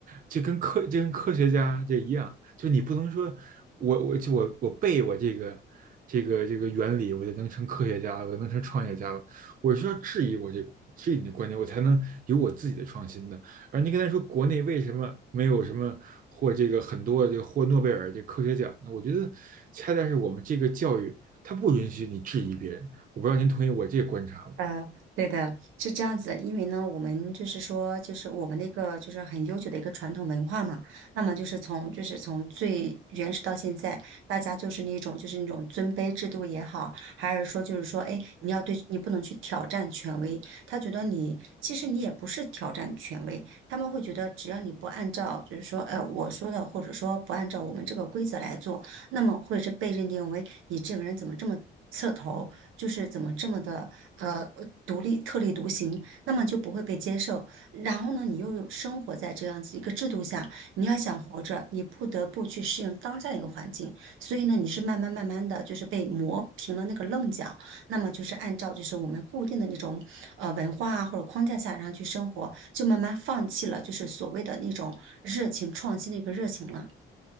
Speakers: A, on the right (about 45°); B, on the right (about 80°).
A: 就跟科这跟科学家这一样，就你不能说我我就我我背我这个这个这个原理，我就能成科学家了，我就能成创业家了，我需要质疑我这质疑你的观点，我才能有我自己的创新的。而您刚才说国内为什么没有什么获这个很多这个获诺贝尔这科学奖呢？我觉得恰恰是我们这个教育它不允许你质疑别人。我不知道您同意我这个观察吗？
B: 呃，对的，是这样子，因为呢，我们就是说，就是我们那个就是很悠久的一个传统文化嘛，那么就是从就是从最原始到现在，大家就是那种就是那种尊卑制度也好，还是说就是说，哎，你要对你不能去挑战权威，他觉得你其实你也不是挑战权威，他们会觉得只要你不按照就是说呃我说的，或者说不按照我们这个规则来做，那么会是被认定为你这个人怎么这么。刺头，就是怎么这么的呃独立特立独行，那么就不会被接受。然后呢，你又有生活在这样子一个制度下，你要想活着，你不得不去适应当下的一个环境。所以呢，你是慢慢慢慢的就是被磨平了那个棱角，那么就是按照就是我们固定的那种呃文化啊或者框架下，然后去生活，就慢慢放弃了就是所谓的那种热情创新的一个热情了，